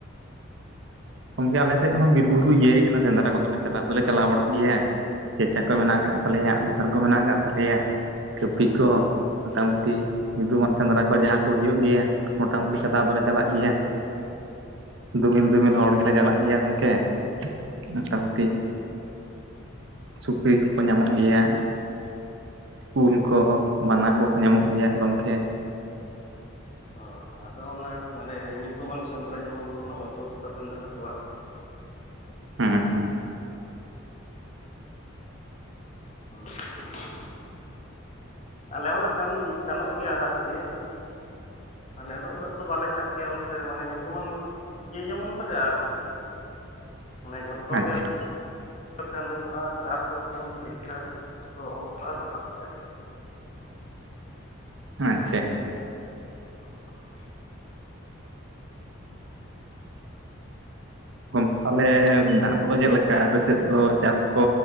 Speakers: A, on the left; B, on the right.
A: <unintelligible>
B: ᱜᱚᱢᱠᱮ ᱟᱞᱮᱥᱮᱜ ᱦᱚᱸ ᱵᱤᱨ ᱵᱩᱨᱩ ᱤᱭᱟᱹᱭ ᱠᱟᱱᱟ ᱥᱮᱸᱫᱽᱨᱟ ᱠᱚᱫᱚ ᱞᱮ ᱪᱟᱞᱟ ᱫᱚᱞᱮ ᱪᱟᱞᱟ ᱵᱟᱲᱟᱜᱼᱼ ᱜᱮᱭᱟ ᱠᱷᱮᱪᱟ
A: ᱦᱮᱸ
B: ᱠᱚ ᱢᱮᱱᱟᱜ ᱟᱠᱟᱜ ᱛᱟᱞᱮᱭᱟ ᱟᱜ ᱥᱟᱨ ᱠᱚ ᱢᱮᱱᱟᱜ ᱟᱠᱟᱜ ᱛᱟᱞᱮᱭᱟ ᱠᱟᱹᱯᱤ
A: ᱦᱮᱸ
B: ᱠᱚ, ᱢᱚᱴᱟᱢᱩᱴᱤ ᱧᱩᱛᱩᱢᱟᱱ ᱥᱮᱸᱫᱽᱨᱟ ᱠᱚ ᱡᱟᱦᱟᱸ ᱠᱚ ᱦᱳᱭᱳᱜ ᱜᱮᱭᱟ ᱢᱚᱴᱟᱢᱩᱴᱤ ᱪᱟᱞᱟᱣ ᱫᱚᱞᱮ ᱪᱟᱞᱟᱜ ᱜᱮᱭᱟ᱾ ᱫᱚᱢᱮᱞ ᱫᱚᱢᱮᱞ ᱦᱚᱲ ᱜᱮᱞᱮ ᱪᱟᱞᱟᱜ ᱜᱮᱭᱟ ᱜᱚᱝᱠᱮ᱾ ᱢᱳᱴᱟᱢᱩᱴᱤ ᱥᱩᱠᱨᱤ ᱠᱚᱠᱚ
A: ᱦᱮᱸ
B: ᱧᱟᱢᱚᱜ ᱜᱮᱭᱟ, ᱠᱩᱞ ᱠᱚ ᱵᱟᱱᱟ ᱠᱚᱠᱚ ᱧᱟᱢᱚᱜ ᱜᱮᱭᱟ ᱜᱚᱝᱠᱮ᱾
A: ᱚ ᱟᱫᱚ ᱚᱱᱟ ᱢᱟᱱᱮ ᱧᱩᱛᱩᱢᱟᱱ ᱥᱮᱸᱫᱽᱨᱟ ᱡᱮᱢᱚᱱ ᱚᱡᱳᱫᱽᱫᱷᱟ ᱥᱮᱸᱫᱽᱨᱟ ᱠᱚ ᱵᱟᱝ?
B: ᱦᱩᱸ ᱦᱩᱸ
A: <unintelligible> ᱟᱞᱮ ᱦᱚᱸᱞᱮ ᱥᱮᱱ ᱥᱮᱱᱚᱜ ᱜᱮᱭᱟ ᱟᱨᱠᱤᱼ ᱟᱞᱮ ᱫᱚ ᱩᱱᱟᱹᱜ ᱫᱚ ᱵᱟᱞᱮ ᱪᱟᱜ ᱜᱮᱭᱟ ᱚᱱᱛᱮ ᱢᱟᱱᱮ ᱧᱩᱛᱩᱢᱟᱱ ᱡᱮ ᱡᱮᱢᱚᱱ ᱪᱟᱜ-ᱟ ᱟᱨᱠᱤ ᱢᱟᱱᱮ ᱡᱷᱚᱛᱚ
B: ᱟᱪᱪᱷᱟ
A: ᱜᱮ ᱥᱮᱱ ᱦᱳᱭᱳᱜᱼᱟ, ᱥᱮ ᱟᱹᱛᱩᱳ ᱢᱤᱫᱴᱟᱝ ᱚᱠᱛᱚ ᱚᱱᱠᱟᱜᱼᱟ ᱠᱚ ᱵᱟᱠᱚ ᱪᱟᱜᱼᱟ᱾
B: ᱟᱪᱪᱷᱟ
A: <unintelligible>
B: ᱜᱚᱢᱠᱮ ᱛᱟᱦᱚᱞᱮ ᱫᱟᱜ ᱠᱚᱫᱚ ᱪᱮᱫ ᱞᱮᱠᱟ ᱟᱯᱮᱥᱮᱫ ᱫᱚ ᱪᱟᱥ ᱠᱚ